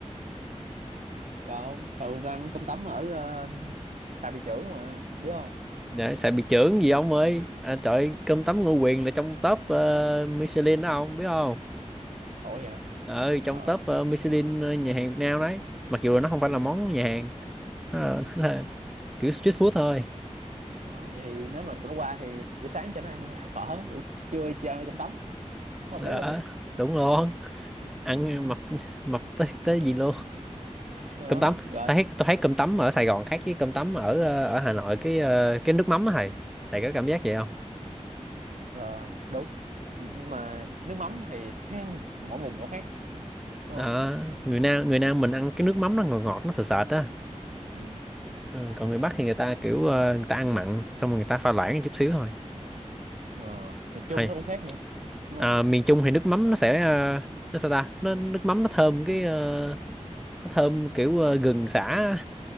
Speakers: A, on the right; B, in the centre.
A: đâu thường ta ăn cơm tấm ở ờ, Tà Bị Chưởng mà biết không
B: Dạ, sợ bị chưởng gì ông ơi à, trời ơi, cơm tấm Ngô Quyền là trong top ờ, Michelin đó ông biết không
A: Ủa vậy hả
B: ừ trong
A: ở
B: top ờ, Michelin ờ, nhà hàng Việt Nam đấy mặc dù là nó không
A: ừ.
B: phải là món nhà hàng nó <laughs> là, nó là kiểu street food thôi
A: đó vậy thì nếu mà tụi nó qua thì buổi sáng cho nó ăn <laughs> phở buổi trưa cho ăn cơm tấm hợp
B: đó
A: lý luôn
B: đúng luôn ăn
A: ừ.
B: mập mập tới tới gì luôn
A: đó
B: cơm tấm
A: rồi
B: tôi thấy tôi thấy cơm tấm ở Sài Gòn khác với cơm tấm ở ờ, ở Hà Nội cái ờ, cái nước mắm á thầy thầy có cảm giác vậy không
A: rồi đúng Nhưng mà nước mắm thì theo mỗi vùng mỗi khác đúng
B: Đó, người Nam người Nam mình ăn cái nước mắm nó ngọt ngọt nó sệt sệt á
A: ừ.
B: Ừ, còn người Bắc thì người ta kiểu ờ, người ta ăn mặn xong rồi người ta pha loãng chút xíu thôi
A: ờ, miền
B: hay
A: Trung nó cũng khác nữa đúng
B: à,
A: không
B: miền Trung thì nước mắm nó sẽ ờ, nó sao ta nó nước mắm nó thơm cái ờ, nó thơm kiểu ờ, gừng sả á.